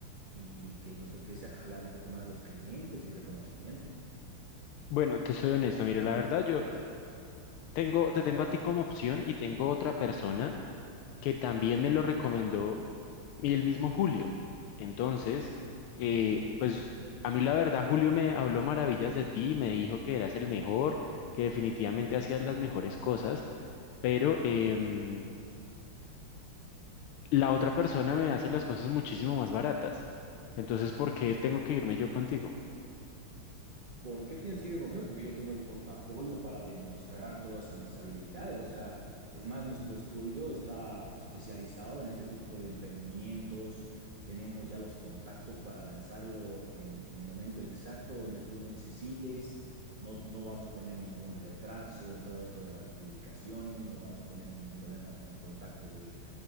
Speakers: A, on the right; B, on the left.
A: y que nos empiece a jalar un poco más los clientes y reconocimiento.
B: Bueno, te soy honesto, mire, la verdad yo tengo, te tengo a ti como opción y tengo otra persona que también me lo recomendó y el mismo Julio. Entonces, eh, pues a mí la verdad Julio me habló maravillas de ti, y me dijo que eras el mejor, que definitivamente hacías las mejores cosas, pero em, la otra persona me hace las cosas muchísimo más baratas. Entonces, ¿por qué tengo que irme yo contigo?
A: ¿Por qué tienes que ir conmigo? Porque yo tengo el portafolio para demostrar todas mis habilidades. O sea, es más, nuestro estudio está especializado en este tipo de emprendimientos. Tenemos ya los contactos para lanzarlo en, en el momento exacto donde tú necesites. No, no vamos a tener ningún retraso en todo esto de las publicaciones. No vamos a tener ningún problema con contacto de,